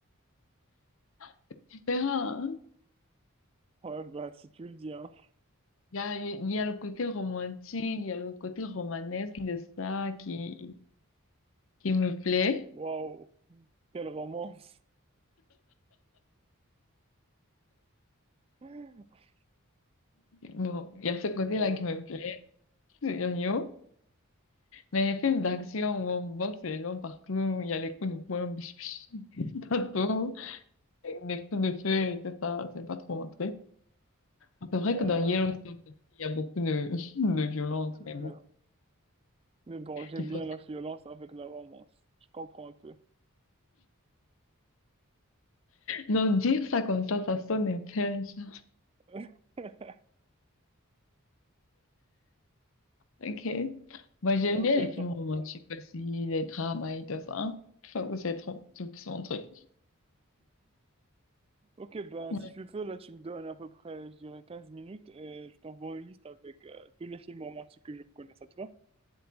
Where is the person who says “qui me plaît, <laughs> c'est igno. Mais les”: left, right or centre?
Left